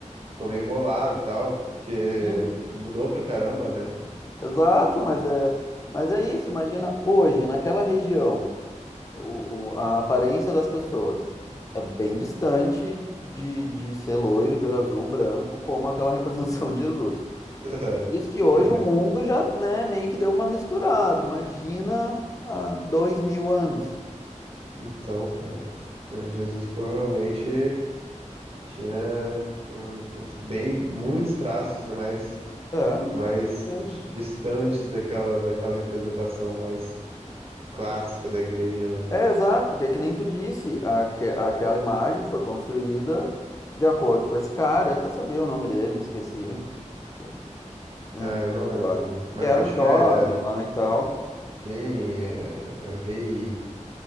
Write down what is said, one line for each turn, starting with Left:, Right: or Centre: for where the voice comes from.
Right: ficou meio bolado e tal, porque
Left: Sim,
Right: mudou pra caramba, né?
Left: exato, mas é, mas é isso. Imagina hoje, naquela região, o, o- a aparência das pessoas é bem distante de, de ser loiro, de olho azul, branco, como aquela <laughs> representação de Jesus.
Right: <laughs> É,
Left: Isso
Right: com certeza.
Left: que hoje o mundo já, né, meio que deu uma misturada. Imagina há dois mil anos.
Right: Então, cara, eh, Jesus provavelmente tinha uns, uns bem muitos traços, né, mais
Left: É,
Right: mais
Left: com certeza.
Right: di- distantes daquela daquela representação mais clássica da igreja mesmo.
Left: É, exato, porque é que nem tu disse, aque- aquela imagem foi construída de acordo com esse cara, eu até sabia o nome dele, me esqueci. Acho que é, não
Right: Ah,
Left: lembro
Right: eu não lembro
Left: agora.
Right: também. Mas
Left: Que era
Right: acho
Left: um jovem
Right: que é
Left: lá e tal.
Right: tem eh, era o rei.